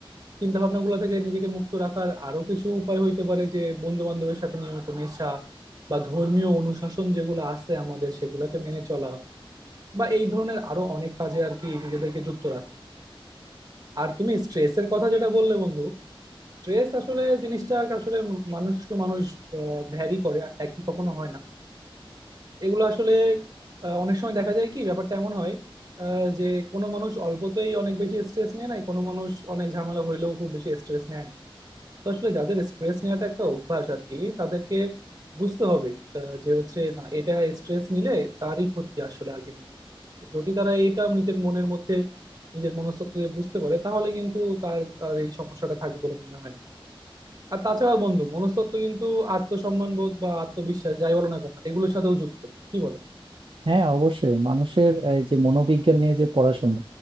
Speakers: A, on the right; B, on the right.
A: চিন্তা ভাবনা গুলো থেকে নিজেকে মুক্ত রাখার আরো কিছু উপায় হইতে পারে যে বন্ধু বান্ধবের সাথে নিয়মিত মেশা বা ধর্মীয় অনুশাসন যেগুলো আছে আমাদের সেগুলোকে মেনে চলা বা এই ধরনের আরো অনেক কাজে আর কি নিজেদেরকে যুক্ত রাখা আর তুমি স্ট্রেসের কথা যেটা বললে বন্ধু স্ট্রেস আসলে জিনিসটা আসলে মানুষ টু মানুষ ভ্যারি করে একই কখনো হয় না এগুলো আসলে আহ, অনেক সময় দেখা যায় কি ব্যাপারটা এমন হয় আহ, যে কোনো মানুষ অল্পতেই অনেক বেশি স্ট্রেস নেয় না কোনো মানুষ অনেক ঝামেলা হইলেও খুব বেশি স্ট্রেস নেয় না তো আসলে যাদের স্ট্রেস নেওয়াটা একটা অভ্যাস আর কি তাদেরকে বুঝতে হবে আহ, যে হচ্ছে না এটা স্ট্রেস নিলে তারই ক্ষতি আসলে আলটিমেটলি যদি তারা এটা নিজের মনের মধ্যে নিজের মনস্তত্ত্বে বুঝতে পারে তাহলে কিন্তু তার আর এই সমস্যাটা থাকবে বলে মনে হয় না আর তাছাড়া বন্ধু মনস্তত্ত্ব কিন্তু আত্মসম্মান বোধ বা আত্মবিশ্বাস যাই বলো না কেন এগুলোর সাথেও যুক্ত কি বলো
B: হ্যাঁ অবশ্যই মানুষের এই যে মনোবিজ্ঞান নিয়ে যে পড়াশোনা